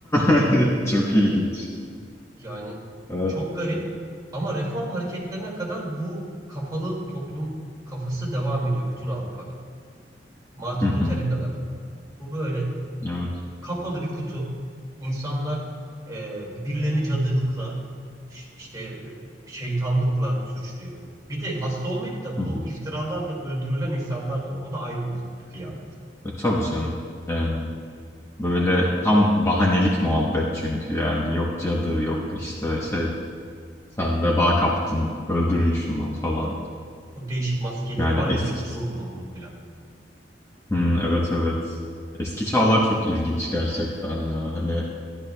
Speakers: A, on the left; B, on the right.
A: <laughs> Çok ilginç.
B: Yani
A: Evet.
B: çok garip ama reform hareketlerine kadar bu kapalı toplum kafası devam ediyor bütün Avrupa'da. Martin
A: Hı
B: Luther'e
A: hı.
B: kadar bu böyle
A: Evet.
B: kapalı bir kutu. İnsanlar e, birilerini cadılıkla ş- işte e, şeytanlıkla suçluyor. Bir de hasta olmayıp da
A: Hı
B: bu
A: hı.
B: iftiralarla öldürülen insanlar da var. O da ayrı bir kıyamet.
A: E, tabii canım. Yani böyle tam bahanelik muhabbet çünkü yani yok cadı yok işte şey sen veba kaptın öldürün şunu falan.
B: O değişik maskeleri
A: Yani
B: var
A: eski.
B: ya böyle uzun burunlu falan.
A: Hı, evet evet. Eski çağlar çok ilginç gerçekten ya. Hani